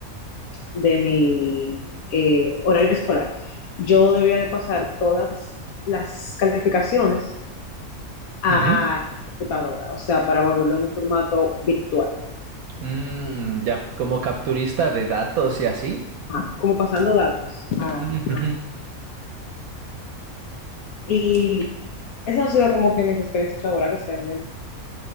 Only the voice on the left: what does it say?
de mi eh, horario escolar, yo debía de pasar todas las calificaciones a
computadora, o sea, para volverlo en un formato virtual,
Ajá, como pasando datos. a-
a- Y esas han sido como que mis experiencias laborales realmente.